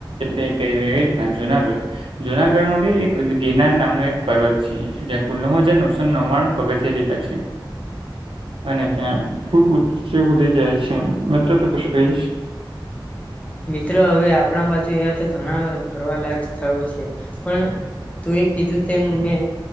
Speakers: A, on the right; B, on the left.
A: જે કે વે ના જુનાગઢ જુનાગઢમાં ભી એક ગિરનાર નામનો એક પર્વત છે જ્યાં કુલ નવ હજાર નવસો નવાણું પગથિયા જેટલા છે. અને ત્યાં ખુબ ઊચે હુધી જાય છે મિત્ર તો કશું કહીશ.
B: મિત્રો હવે આપણા બાજુ એવા તો ઘણા ફરવાલાયક સ્થળો છે પણ તું એ કીધું તેમ મેં